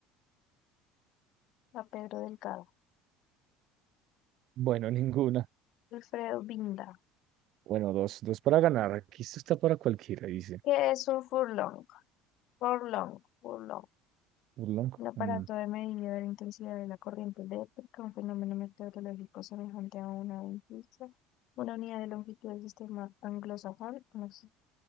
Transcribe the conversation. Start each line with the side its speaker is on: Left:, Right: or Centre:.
Left: La Pedro Delgado.
Right: Bueno, ninguna.
Left: Alfredo Binda.
Right: Bueno, dos, dos para ganar. Aquí esto está para cualquiera, dice.
Left: ¿Qué es un furlong? Furlong. Furlong.
Right: Urlong.
Left: Un aparato
Right: Mm.
Left: de medida de la intensidad de la corriente eléctrica, un fenómeno meteorológico semejante a una ventisca, una unidad de longitud del sistema anglosajón, un accidente